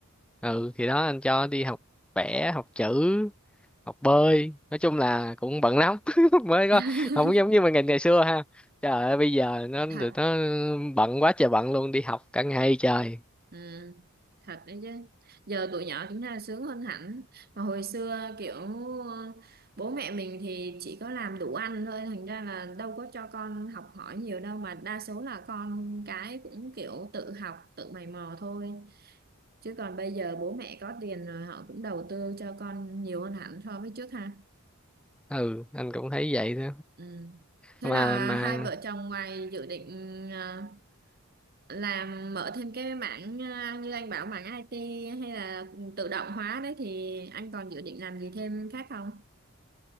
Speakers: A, in the centre; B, on the right.
A: ừ thì đó anh cho đi học vẽ học chữ học bơi nói chung là cũng bận lắm <laughs> mới có
B: <laughs>
A: không giống như mình ngày ngày xưa ha trời ơi bây giờ nó
B: Thật,
A: tụi nó bận quá trời bận luôn đi học cả ngày trời
B: ừ, thật đấy chứ. Giờ tụi nhỏ chúng ta sướng hơn hẳn. Mà hồi xưa kiểu ờ, bố mẹ mình thì chỉ có làm đủ ăn thôi. Thành ra là đâu có cho con học hỏi nhiều đâu. Mà đa số là con cái cũng kiểu tự học, tự mày mò thôi. chứ còn bây giờ bố mẹ có tiền rồi họ cũng đầu tư cho con nhiều hơn hẳn so với trước ha
A: ừ anh cũng thấy vậy đó
B: ừ. thế
A: mà
B: là
A: mà
B: hai vợ chồng ngoài dự định ờ, làm mở thêm cái mảng ờ, như anh bảo mảng IT hay là tự động hóa đấy thì anh còn dự định làm gì thêm khác không